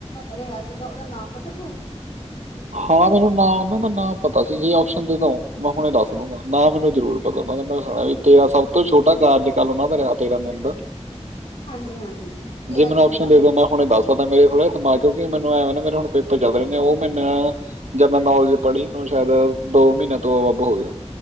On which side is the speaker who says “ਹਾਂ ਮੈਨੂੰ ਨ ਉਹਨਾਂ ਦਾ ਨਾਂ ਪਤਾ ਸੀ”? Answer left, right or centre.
Right